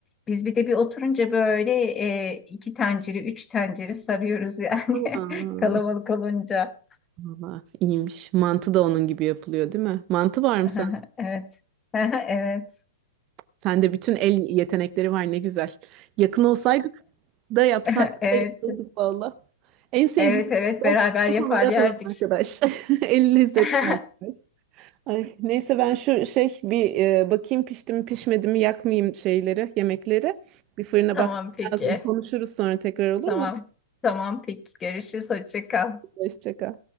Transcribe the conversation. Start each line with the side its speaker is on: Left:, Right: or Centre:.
Left: Biz bir de bir oturunca böyle e, iki tencere, üç tencere sarıyoruz yani
Right: Aa,
Left: <laughs> kalabalık olunca.
Right: Valla iyiymiş. Mantı da onun gibi yapılıyor, değil mi? Mantı var mı
Left: Aha,
Right: sen?
Left: Evet. Aha, Evet.
Right: Sende bütün el yetenekleri var ne güzel. Yakın olsaydık da yapsaydık
Left: <laughs> Evet.
Right: da yapsaydık valla. En sevdiğim
Left: Evet, evet
Right: arkadaş
Left: beraber
Right: çok
Left: yapar
Right: hamarat
Left: yerdik.
Right: olan arkadaş. <laughs> El lezzetli
Left: <laughs>
Right: arkadaş. Ay, neyse ben şu şey bir e, bakayım pişti mi pişmedi mi yakmayayım şeyleri yemekleri. Bir fırına
Left: Tamam
Right: bakmam
Left: peki.
Right: lazım. Konuşuruz sonra tekrar olur
Left: Tamam.
Right: mu?
Left: Tamam peki. Görüşürüz. Hoşça kal.
Right: Hoşça kal.